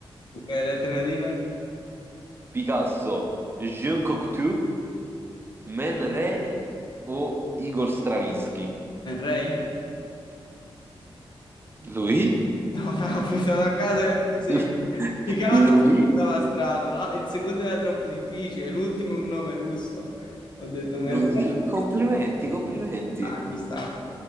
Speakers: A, on the left (about 50°); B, on the right (about 25°).
A: Ok, le alternative?
B: Picasso, Jean Cocteau, Man Ray o Igor Stravinsky?
A: Ray?
B: Lui?
A: Una puntata <laughs> a casa è il più semplice.
B: <laughs>
A: I casi
B: Lui?
A: sembrava strano, la- il secondo era troppo difficile, l'ultimo è un nome russo. Ho detto Merlei.
B: Lui? Complimenti, complimenti.
A: Ah, ci sta.